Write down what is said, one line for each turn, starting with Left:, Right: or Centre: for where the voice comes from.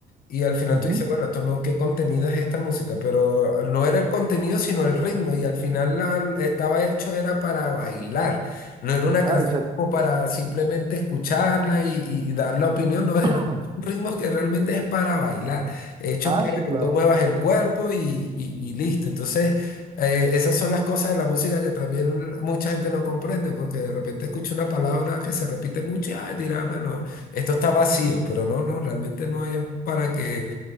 Left: Y al final
Right: ujú.
Left: tú dices, bueno, esto no, ¿qué contenido es esta música? Pero no era el contenido, sino el ritmo. Y al final la, estaba hecho era para bailar. No era una
Right: Ah,
Left: canción
Right: exacto.
Left: como para simplemente escucharla y, y dar la opinión. No, eran
Right: <clears throat>
Left: ritmos que realmente es para bailar. Hechos
Right: Ah,
Left: para
Right: sí,
Left: que
Right: claro.
Left: tú muevas el cuerpo y, y- y listo. Entonces, eh, esas son las cosas de la música que también mucha gente no comprende, porque de repente escucha una palabra que se repite mucho y ah, dirá, bueno. Esto está vacío, pero no, no, realmente no es para que